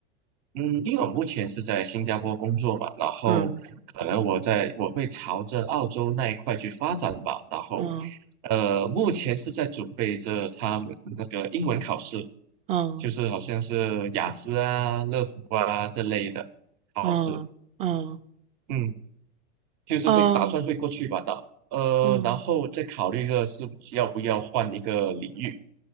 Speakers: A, on the right; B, on the right.
A: 嗯，因为我目前是在新加坡工作嘛，然后
B: 嗯
A: 可能我在我会朝着澳洲那一块去发展吧，然后
B: 嗯
A: 呃，目前是在准备着他们那个英文考试，
B: 嗯
A: 就是好像是雅思啊、乐福啊这类的考试，
B: 嗯嗯
A: 嗯，就是会打算会过去吧的，
B: 嗯
A: 呃，
B: 嗯
A: 然后再考虑着是要不要换一个领域。